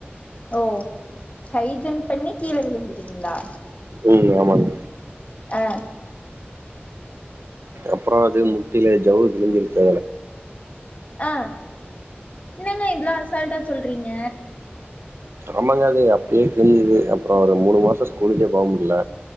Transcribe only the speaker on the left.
ஓ ஹை ஜம்ப் பண்ணி கீழ விழுந்துட்டீங்களா
ஆ
ஆ என்னங்க இவ்வளோ அசால்டா சொல்றீங்க